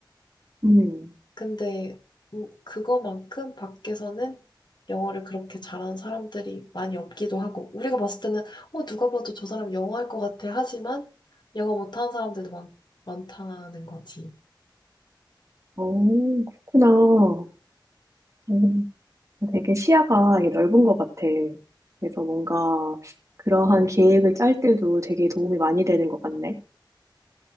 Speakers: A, on the right; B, on the left.
A: 음.
B: 근데 우- 그거만큼 밖에서는 영어를 그렇게 잘하는 사람들이 많이 없기도 하고 우리가 봤을 때는 어 누가 봐도 저 사람 영어 할 것 같아 하지만 영어 못하는 사람들도 많, 많다는 거지.
A: 어, 그렇구나. 어, 되게 시야가 이게 넓은 것 같아. 그래서 뭔가 그러한 계획을 짤 때도 되게 도움이 많이 되는 것 같네.